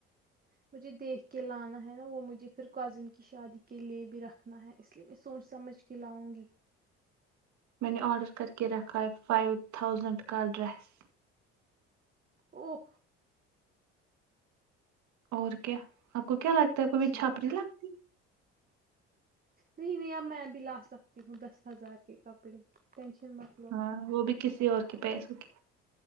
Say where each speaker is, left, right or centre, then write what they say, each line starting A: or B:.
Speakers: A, on the right; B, on the right.
A: مجھے دیکھ کے لانا ہے نا وہ مجھے پھر کزن کی شادی کے لیے بھی رکھنا ہے اس لیے میں سوچ سمجھ کے لاؤں گی
B: میں نے آرڈر کر کے رکھا ہے فائیو تھاؤزنڈ کا ڈریس
A: او
B: اور کیا آپ کو کیا لگتا
A: اچھی
B: ہے آپ کو م
A: بات
B: چھاپڑی
A: ہے
B: لگتی
A: نہیں نہیں اب میں بھی لا سکتی ہوں دس ہزار کے کپڑے ٹینشن مت لو
B: ہاں وہ بھی کسی اور کے پیسوں کی